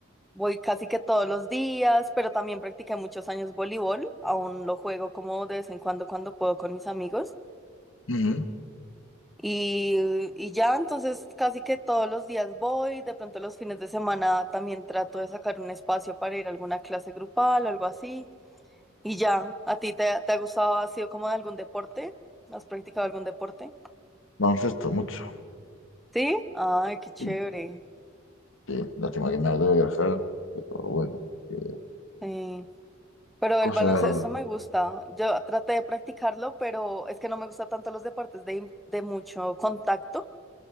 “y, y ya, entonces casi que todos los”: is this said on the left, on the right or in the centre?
Centre